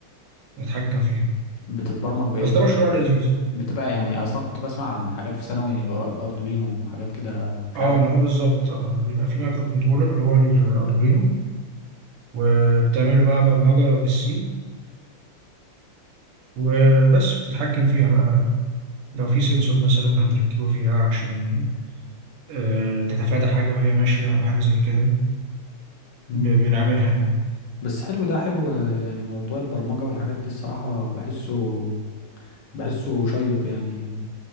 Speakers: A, on the right; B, on the left.
A: نتحكم فيها
B: بتتبرمج بايه
A: بس
B: طيب
A: ده مشروع
B: يعني
A: لذيذ
B: بتبقى يعني اصلا كنت بسمع عن حاجات في ثانوي ورا الاردوينو وحاجات كده مش
A: اه
B: عارف
A: ما هو بالظبط اه بيبقى في مايكرو كنترولر اللي هو الاردوينو وبتعمل له بقى برمجة بالسي وبس بتتحكم فيها بقى لو في سنسور مثلا هتركبه فيها عشان آه، تتفادى حاجة وهي ماشية أو حاجة زي كده
B: مم.
A: ب- بنعملها يعني
B: بس حلو ده حلو آه، يعني موضوع البرمجة والحاجات دي الصراحة بحسه بحسه شيق يعني